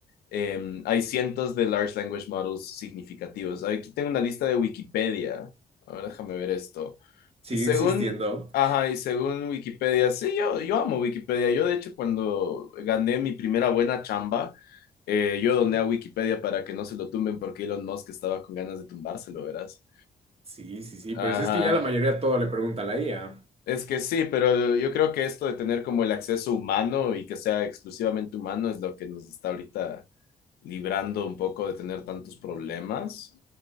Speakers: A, on the left; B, on the right.
A: eh, hay cientos de large language models significativos. Aquí tengo una lista de Wikipedia. A ver, déjame ver esto.
B: Sigue
A: Y según,
B: existiendo.
A: ajá, y según Wikipedia, sí, yo, yo amo Wikipedia. Yo, de hecho, cuando gané mi primera buena chamba, eh, yo doné a Wikipedia para que no se lo tumben porque Elon Musk estaba con ganas de tumbárselo, verás.
B: Sí, sí, sí,
A: Ajá.
B: pero si es que ya la mayoría todo le pregunta a la IA.
A: Es que sí, pero yo creo que esto de tener como el acceso humano y que sea exclusivamente humano es lo que nos está ahorita librando un poco de tener tantos problemas,